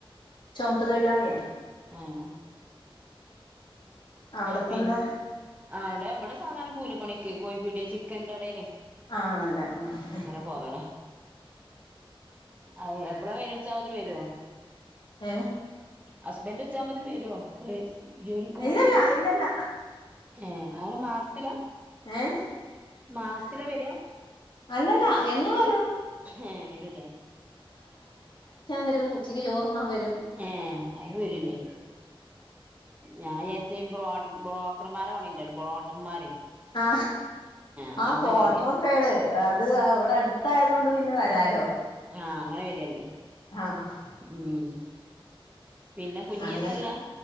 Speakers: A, on the left; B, on the right.
A: ചൊമട്ട് തൊഴിലാളിയാ
B: ഏഹ്
A: അവിടത്തെന്താ
B: പിൻ ആഹ് ഇവടെ ഇബടെ സാധാരണ കൂലിപ്പണിക്ക് കോയിപ്പീട്യേ ചിക്കൻ കടേലെ
A: ആണല്ലേ ആഹ് ആഹ്
B: പോവലാ അയേ എപ്പളാ വെരാച്ചാ <unintelligible> വെരോ?
A: ഏ
B: ഹസ്ബന്റ് ഉച്ചാവുമ്പത്തെ വെരും ജോലിക്ക് പോയി
A: ഇല്ലല്ല ഇല്ലല്ല
B: ഏ അങ്ങനെ മാസ്ത്തിലാ
A: ഏഹ്
B: മാസ്ത്തിലാ വെരാ
A: അല്ലല്ല എന്നു വെരും
B: ഏഹ് വരൂലേ
A: വെരും ഉച്ചക്ക് ചോറുണ്ണാൻ വെരും
B: ഏഹ് അയ്‌നും വെരൂല്ലേ ഞാൻ വിചാരിച്ച് ബ്രോർ ബ്രോക്കർമാരെ പണിണ്ടല്ലോ ബ്രോട്ടർമാര്
A: ആ
B: അങ്ങനത്തെ
A: ആ പോട്ര്
B: ജോലിയാ
A: ന്നേണ് അത് അവിടെ അടുത്തായതോണ്ട് പിന്നെ വെരാലോ
B: ആ അങ്ങനെ വെരാല്ലേ
A: ആ ആ
B: ആഹ് പിന്നെ കുഞ്ഞി
A: അങ്ങനെ
B: എത്രെല്ലാ